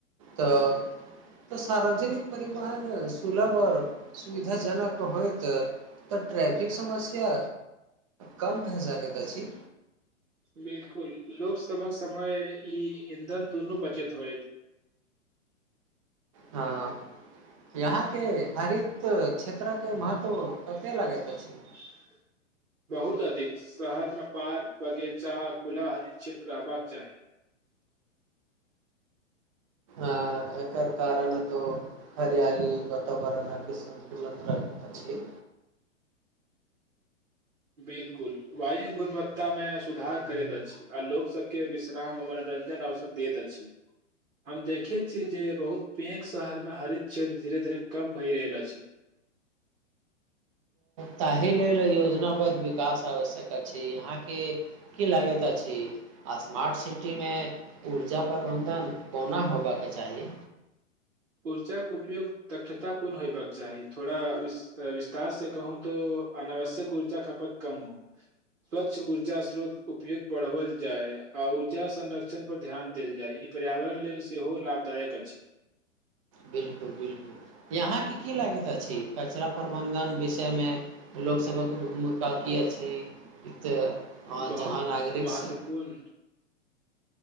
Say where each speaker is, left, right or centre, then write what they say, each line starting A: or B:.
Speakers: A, on the right (about 30°); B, on the right (about 85°).
A: तऽ सार्वजनिक परिवहन सुलभ आओर सुविधाजनक होयत तऽ ट्रैफिक समस्या कम पैसाके तऽ छी
B: बिल्कुल लोकसभा समय ई ईंधन दुनू बचत होय
A: हँ यहाँके हरित क्षेत्रक महत्व कतेक लागैत अछि
B: <unintelligible> बहुत अधिक शहरमे बाग बगिचा खुला हरि क्षेत्र रहबाक चाही <inaudible>
A: आ एकर कारण तऽ हरियाली वातावरणके सन्तुलन छै
B: <inaudible> बिल्कुल वायु गुणवत्तामे सुधार करैत अछि आ लोकसभके विश्रा मनोजन अवसर दैत अति। हम देखे छी जे बहुत पेघ शहरमे हरित क्षेत्र धीरे धीरे कम भय रहल अछि। <inaudible>
A: ताहि लेल योजनाबद्ध विकास आवश्यक अछि आहां के की लागैत स्मार्ट सिटी मे उर्जा प्रबंधन कोना होबाक चाही
B: <inaudible> ऊर्जाके उपयोग दक्षतापूर्ण होयबाक चाही थोड़ा विस्तार से कहूँ तऽ अनावश्यक ऊर्जा खपत कम हो स्वच्छ ऊर्जा स्रोत उपयोग बढ़वल जाय आ ऊर्जा संरक्षण पर ध्यान देल जाय पर्यावरण लेल सेहो लाभदायक अछि
A: बिल्कुल बिल्कुल यहाँके की लागैत अछि कचरा प्रबंधन विषयमे लोकसभक मुद्दा किया छी ई तऽ हं
B: बहुत
A: जहाँ नागरिकसँ
B: महत्वपूर्ण